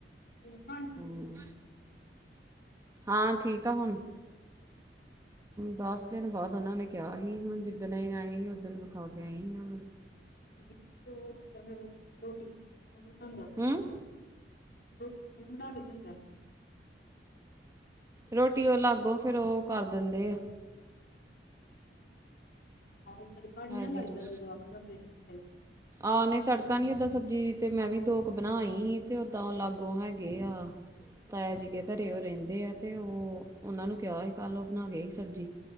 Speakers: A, on the left (about 60°); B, on the right (about 20°).
A: <inaudible>
B: ਹੂੰ, ਹਾਂ ਠੀਕ ਆ ਹੁਨ। ਦਸ ਦਿਨ ਬਾਦ ਓਨਾਂ ਨੇ ਕਿਆ ਸੀ ਹੁਨ ਜਿੱਦਣ ਅਸੀਂ ਆਏ ਸੀ ਉਦਨ ਵਿਖਾ ਕੇ ਆਈ ਆਂ।
A: ਮੈਂ ਜਦ ਫੇਰ ਰੋਟੀ ਬਨਾਨੀ ਕੌਨ ਬਨਾਂਦਾ ਵਾ।
B: ਹਮ
A: ਰੋਟੀ ਕੌਨ ਬਨਾ ਕੇ ਦਿੰਦਾ।
B: ਰੋਟੀ ਓ ਅਲੱਗ ਫੇਰ ਓ ਕਰ ਦਿੰਦੇ ਆ।
A: ਆਹੋ ਤੜਕਾ ਨੀ
B: ਹੈਗੇ
A: ਨਾ ਲੱਗਦਾ
B: ਲ
A: ਜਦੋਂ ਅੱਖ ਦਾ ਪ੍ਰੇਸ਼ਨ ਹੋਏ।
B: ਆਹ ਨਈ ਤੜਕਾ ਨੀ ਓਦਾਂ ਸਬਜ਼ੀ ਤੇ ਮੈਂ ਵੀ ਦੋ ਕ ਬਨਾ ਆਈ ਸੀ ਤੇ ਓਦਾਂ ਓ ਅਲਗ ਹੈਗੇ ਆ। ਤਾਇਆ ਜੀ ਕੇ ਘਰੇ ਓ ਰੈਂਦੇ ਆ ਤੇ ਓ ਓਨਾਂ ਨੂੰ ਕਿਆ ਸੀ ਕੱਲ ਓ ਬਨਾ ਗਏ ਸੀ ਸਬਜ਼ੀ।